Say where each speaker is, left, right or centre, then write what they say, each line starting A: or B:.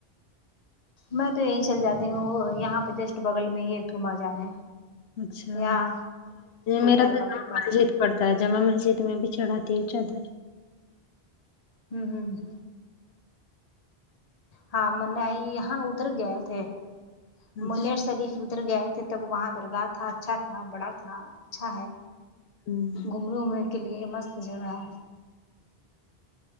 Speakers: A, on the left (about 40°); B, on the left (about 80°).
A: میں تو یہیں چل جاتی ہوں وہ یہاں پہ جسٹ بغل میں ہی ایک مزار ہے
B: اچھا
A: یہاں گلزارباغ
B: میرا تو م <unintelligible>
A: کے پاس
B: پڑتا ہے جامع مسجد میں بھی چڑھاتی ہے چادر
A: امم ہاں منای یہاں ادھر گئے تھے
B: اچھا
A: منیر شریف ادھر گیا تھے تب وہاں درگاہ تھا اچھا تھا بڑا تھا اچھا ہے
B: ہمم
A: گھومنے کے لیے مست جگہ ہے